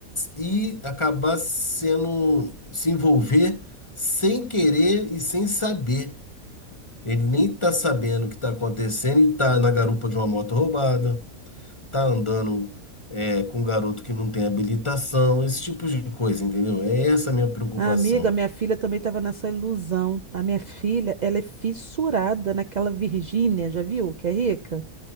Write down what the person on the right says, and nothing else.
A amiga, minha filha também estava nessa ilusão. A minha filha, ela é fissurada naquela Virgínia, já viu? Que é rica.